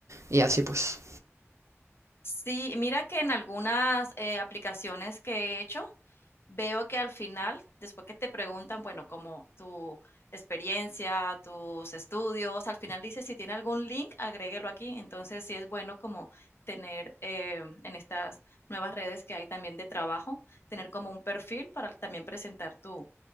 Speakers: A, on the right (about 70°); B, on the left (about 50°).
A: y así pues.
B: Sí, mira que en algunas, eh, aplicaciones que he hecho, veo que al final, después que te preguntan, bueno, como tu experiencia, tus estudios, al final dice, si tiene algún link, agréguelo aquí. Entonces, sí es bueno como tener, eh, en estas nuevas redes que hay también de trabajo, tener como un perfil para también presentar tu